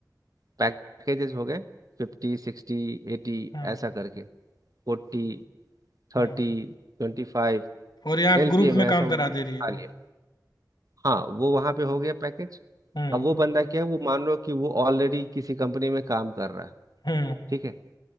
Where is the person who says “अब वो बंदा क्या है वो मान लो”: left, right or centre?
Right